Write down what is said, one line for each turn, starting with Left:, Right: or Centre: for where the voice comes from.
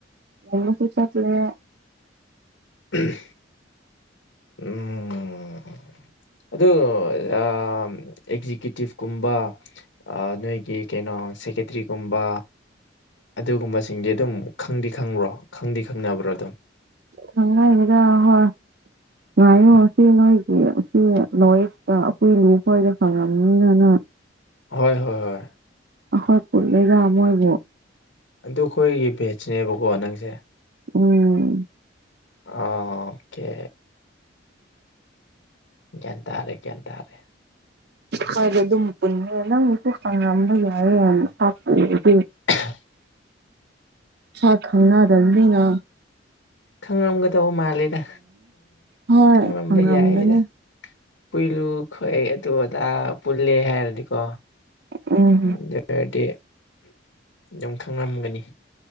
Right: ꯌꯦꯟꯅ ꯄꯨꯨꯔꯠꯇꯇꯂꯦ
Left: ꯎꯝ ꯎꯝ ꯑꯗꯨ ꯑꯦꯛꯖꯤꯀ꯭ꯌꯨꯇꯤꯞ ꯀꯨꯝꯕ ꯅꯣꯏꯒꯤ ꯀꯩꯅꯣ ꯁꯦꯀꯦꯇꯔꯤꯒꯨꯝꯕ ꯑꯗꯨꯒꯨꯝꯕꯁꯤꯡꯗꯤ ꯑꯗꯨꯝ ꯈꯪꯗꯤ ꯈꯪꯕ꯭ꯔꯣ ꯈꯪꯗꯤ ꯈꯪꯅꯕ꯭ꯔꯣ ꯑꯗꯨꯝ
Right: ꯆꯉꯗ ꯍꯣꯏ ꯉꯥꯏꯌꯣ ꯁꯤ ꯅꯣꯏꯒꯤ ꯁꯤ ꯂꯣꯏꯛꯇ ꯎꯄꯨꯏ ꯂꯨ ꯈꯣꯏꯗ ꯐꯪꯉꯅꯤꯅꯅ
Left: ꯍꯣꯏ ꯍꯣꯏ ꯍꯣꯏ
Right: ꯑ ꯍꯣꯏ ꯀꯦꯔ ꯑꯃꯣꯏꯕꯨꯣ
Left: ꯑꯗꯨ ꯑꯩꯈꯣꯏꯒꯤ ꯚꯦꯖꯅꯦꯕꯀꯣ ꯅꯪꯁꯦ
Right: ꯎꯝ
Left: ꯑ ꯑꯣꯀꯦ ꯟꯇꯥꯔꯦ ꯀꯟꯇꯥꯔꯦ
Right: ꯍꯥꯏꯣꯏꯗꯤ ꯑꯗꯨꯝ ꯄꯨꯟꯅꯃꯦ ꯅꯪꯁꯨ ꯍꯪꯉꯝꯕ ꯌꯥꯏꯌꯦꯅꯥꯛꯄꯗꯤ
Left: ꯑꯍ
Right: ꯍꯥ ꯈꯪꯅꯗꯅꯤꯅ
Left: ꯈꯪꯉꯝꯒꯗꯧ ꯃꯥꯜꯂꯦꯗ
Right: ꯍꯣꯏ
Left: ꯈꯪꯂꯝꯝꯕ
Right: ꯈꯪꯉꯝꯒꯅꯤ
Left: ꯌꯥꯏꯗ ꯄꯨꯨꯂꯨ ꯈ ꯑꯩ ꯑꯗꯨ ꯑꯗꯥ ꯄꯨꯜꯂꯦ ꯍꯥꯏꯔꯗꯤꯀꯣ
Right: ꯑ
Left: ꯑꯗꯨ ꯑꯣꯏꯔꯗꯤ ꯑꯗꯨꯝ ꯈꯪꯉꯝꯒꯅꯤ